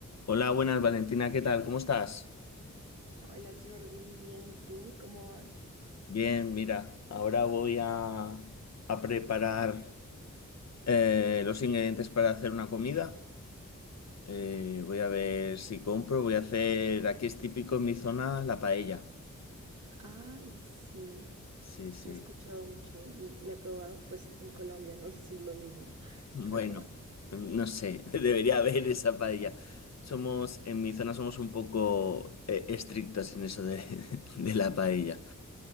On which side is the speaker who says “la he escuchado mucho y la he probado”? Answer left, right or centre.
Right